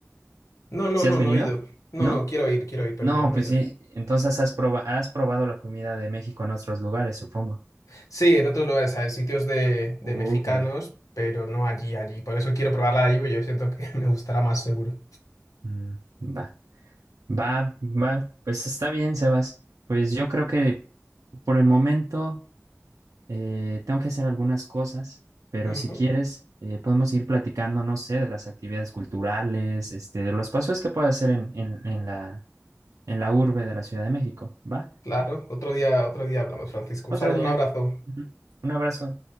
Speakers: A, on the left (about 85°); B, on the right (about 85°).
A: No, no,
B: ¿Si
A: no,
B: has venido?
A: no he ido. No,
B: ¿No?
A: no, quiero ir, quiero ir, pero
B: No,
A: no, no
B: pues
A: he ido.
B: sí. Entonces has proba- has probado la comida de México en otros lugares, supongo.
A: Sí, en otros lugares, ¿sabes? Sitios de, de
B: Újule.
A: mexicanos, pero no allí, allí. Por eso quiero probarla allí, pero yo siento que <laughs> me gustará más seguro.
B: Mm, va, va, va. Pues está bien, Sebas. Pues yo creo que por el momento. Eh, tengo que hacer algunas cosas, pero
A: Ujú,
B: si quieres, eh, podemos ir platicando, no sé, de las actividades culturales, este, de los paseos que puedo hacer en, en, en la, en la urbe de la Ciudad de México. ¿Va?
A: Claro, otro día, otro día hablamos, Francisco.
B: Otro
A: Un saludo,
B: día.
A: un abrazo.
B: Ujú. Un abrazo.